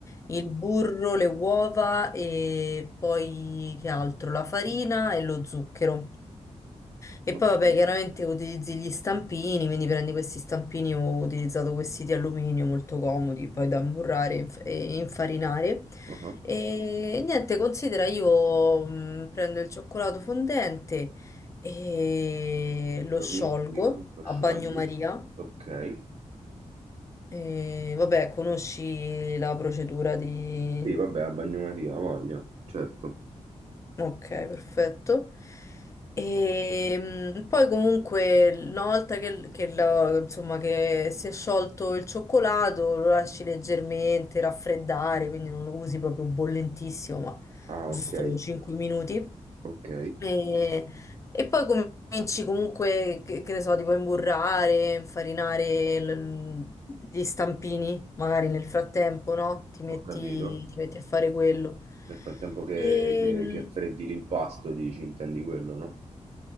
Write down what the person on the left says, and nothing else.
il burro, le uova e poi che altro? La farina e lo zucchero. E
poi vabbè, chiaramente utilizzi gli stampini, quindi prendi questi stampini, ho utilizzato questi di alluminio molto comodi, poi da imburrare e inf- e infarinare.
E niente, considera io mh, prendo il cioccolato fondente e lo
sciolgo
a bagnomaria.
E vabbè, conosci la procedura di...
Ok, perfetto. E mm, poi comunque una volta che, che la- insomma, che si è sciolto il cioccolato lo lasci leggermente raffreddare, quindi non lo usi proprio bollentissimo, ma
giusto
5 minuti.
E, e poi cominci comunque, che, che ne so, tipo a imburrare, infarinare l- gli stampini, magari nel frattempo, no? Ti metti,
ti metti a fare quello.
E,